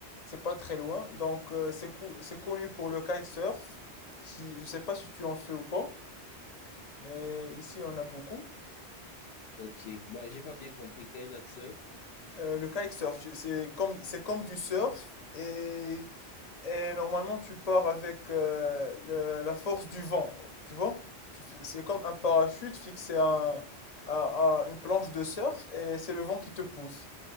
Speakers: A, on the left; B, on the left.
A: c'est pas très loin. Donc, euh, c'est cou- c'est connu pour le kitesurf. Qui, je sais pas si tu en fais ou pas, mais ici, on a beaucoup.
B: Ok, bah, j'ai pas bien compris. Quel âge as-tu?
A: Euh, le kitesurf, tu- c'est comme, c'est comme du surf et Et normalement, tu pars avec euh, le- la force du vent, tu vois? Tu fais- C'est comme un parachute fixé à, un- à- à une planche de surf et c'est le vent qui te pousse.